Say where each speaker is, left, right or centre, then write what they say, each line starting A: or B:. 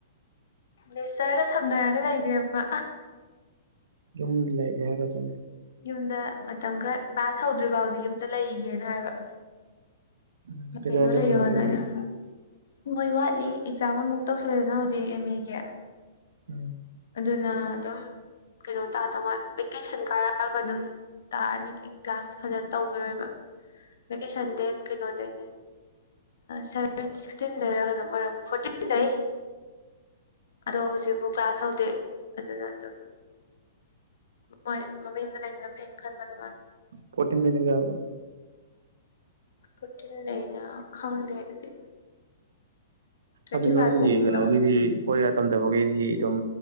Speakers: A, on the left; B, on the right.
A: ꯅꯦꯆꯔꯒ ꯁꯝꯅꯔꯒ ꯂꯩꯈꯦꯕ
B: ꯌꯨꯝ ꯂꯩꯒꯦ ꯍꯥꯏꯔ ꯑꯗꯨꯝ
A: ꯌꯨꯝꯗ ꯃꯇꯝ ꯈꯔ ꯀ꯭ꯂꯥꯁ ꯍꯧꯗ꯭ꯔꯤ ꯐꯥꯎꯗꯤ ꯌꯨꯝꯗ ꯂꯩꯒꯦꯅ ꯍꯥꯏꯕ
B: ꯎꯝ ꯀꯩꯗꯧꯉꯩꯗꯩ
A: ꯂꯩ
B: ꯍꯧꯅꯤ
A: ꯌꯩ
B: ꯍꯥꯏꯔꯝꯕꯅꯤ
A: ꯃꯣꯏ ꯋꯥꯠꯂꯤ ꯑꯦꯛꯖꯥꯝ ꯑꯃꯃꯨꯛ ꯇꯧꯁꯜꯂꯦꯗꯅ ꯍꯧꯖꯤꯛ ꯑꯦꯝ ꯑꯦꯒꯤ
B: <inaudible>
A: ꯑꯗꯨꯅ ꯑꯗꯨꯝ ꯀꯩꯅꯣ ꯇꯥꯗ ꯃꯥ ꯚꯦꯀꯦꯁꯟ ꯀꯥꯔꯛꯑꯒ ꯑꯗꯨꯝ ꯇꯥꯔꯅꯤ ꯀ꯭ꯂꯥꯁ ꯐꯖꯅ ꯇꯧꯈꯤꯔꯣꯏꯕ ꯚꯦꯀꯦꯁꯟ ꯗꯦ ꯀꯩꯅꯣ ꯑꯗꯩꯅꯦ ꯁꯚꯦꯟ ꯁꯤꯛꯁꯇꯤꯟ ꯂꯩꯔꯒꯅ ꯃꯔꯔꯝ ꯐꯣꯔꯇꯤꯟꯗꯩ ꯑꯗꯣ ꯍꯧꯖꯤꯛꯐꯥꯎ ꯀ꯭ꯂꯥꯁ ꯍꯧꯗꯦ ꯑꯗꯨꯅ ꯑꯗꯨꯝ ꯃꯣꯏ ꯃꯃꯤ ꯑꯃꯗ ꯂꯩꯕꯅ ꯐꯩꯩꯅ ꯈꯟꯕ ꯑꯗꯨ ꯃꯥ
B: ꯄꯣꯤꯟꯗꯒꯕꯣ
A: ꯄꯣꯇꯤꯟ ꯂꯩꯅ ꯈꯪꯗꯦ ꯑꯗꯨꯗꯤ ꯇ꯭ꯋꯦꯟꯇꯤ
B: ꯑꯗꯨ ꯅꯣꯏꯒꯤ
A: ꯐꯥꯏꯚ
B: ꯀꯩꯅꯣꯒꯤꯗꯤ
A: ꯐꯥꯎ
B: ꯐꯣꯔꯤꯌꯥꯥ ꯇꯝꯗꯕꯈꯩꯗꯤ ꯑꯗꯨꯝ